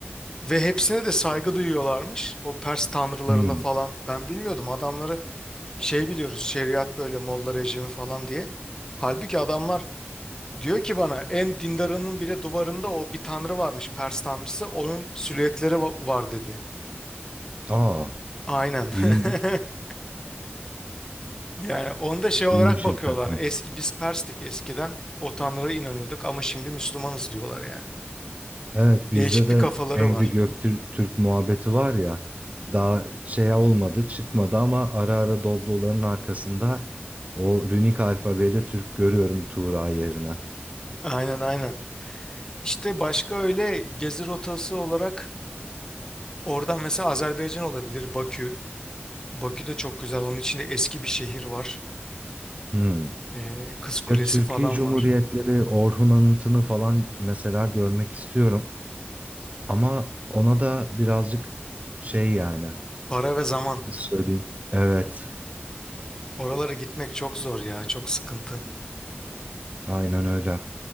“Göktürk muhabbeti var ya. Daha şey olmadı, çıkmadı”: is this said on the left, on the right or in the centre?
Right